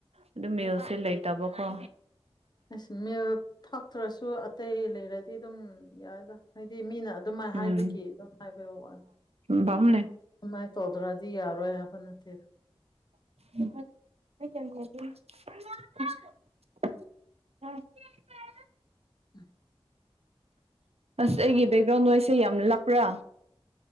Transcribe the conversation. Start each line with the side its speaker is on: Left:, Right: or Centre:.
Right: ꯑꯗꯨ ꯃꯦꯜꯛꯁꯦ ꯂꯩꯇꯕꯀꯣ
Left: ꯑꯩꯁ ꯃꯤꯜꯛ ꯊꯇ꯭ꯔꯁꯨ ꯑꯇꯩ ꯂꯩꯔꯗꯤ ꯑꯗꯨꯝ ꯌꯥꯏꯗ ꯍꯥꯏꯗꯤ ꯃꯤꯅ ꯑꯗꯨꯃꯥꯏꯅ
Right: ꯎꯝ
Left: ꯍꯥꯏꯕꯒꯤ ꯑꯗꯨꯝ ꯍꯥꯏꯕꯒꯤ ꯋꯥꯅꯤ
Right: <unintelligible>
Left: ꯑꯗꯨꯃꯥꯏꯅ ꯇꯧꯗ꯭ꯔꯗꯤ ꯌꯥꯔꯣꯏ ꯍꯥꯏꯕ ꯅꯠꯇꯦ
Right: <unintelligible> <unintelligible>
Left: ꯎꯝ
Right: ꯑꯁ ꯑꯩꯒꯤ ꯕꯦꯛꯒ꯭ꯔꯥꯎꯟ ꯅꯣꯏꯁꯦ ꯌꯥꯝ ꯂꯥꯛꯄ꯭ꯔꯥ